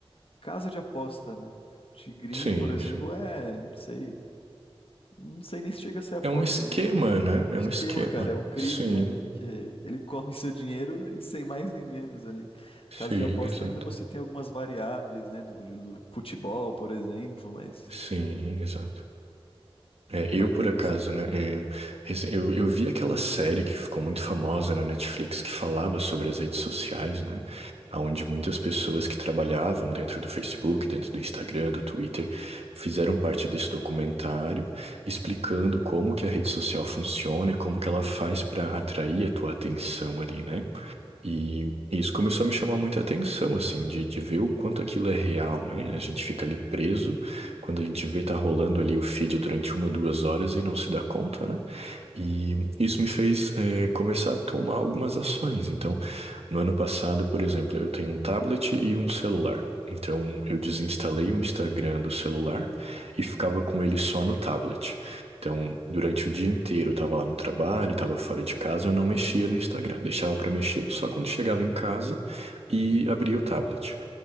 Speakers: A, on the left; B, on the right.
A: casa de aposta, né? Tigrinho,
B: Sim,
A: por exemplo,
B: sim.
A: é, não sei, não sei nem se chega a ser aposta,
B: É um esquema,
A: é meio
B: né?
A: Esquema,
B: É um esquema.
A: cara, é um crime,
B: Sim,
A: né? Porque ele come seu dinheiro e sem mais nem menos ali.
B: sim,
A: Caso de aposta,
B: exato.
A: ainda você tem algumas variáveis, né? Do, do futebol, por exemplo, mas,
B: Sim, exato. É,
A: mas
B: eu, por
A: daí
B: acaso,
A: você.
B: né? é, rece- eu, eu vi aquela série que ficou muito famosa na Netflix que falava sobre as redes sociais, né? Onde muitas pessoas que trabalhavam dentro do Facebook, dentro do Instagram, do Twitter, fizeram parte desse documentário explicando como que a rede social funciona e como que ela faz para atrair a tua atenção ali, né? E isso começou a me chamar muita atenção, assim, de, de ver o quanto aquilo é real, né? A gente fica ali preso, quando a gente vê tá rolando ali o feed durante uma, duas horas e não se dá conta, né? E isso me fez eh, começar a tomar algumas ações. Então, no ano passado, por exemplo, eu tenho um tablet e um celular. Então, eu desinstalei o Instagram do celular e ficava com ele só no tablet. Então, durante o dia inteiro, eu estava lá no trabalho, estava fora de casa, eu não mexia no Instagram. Deixava para mexer só quando chegava em casa e abria o tablet.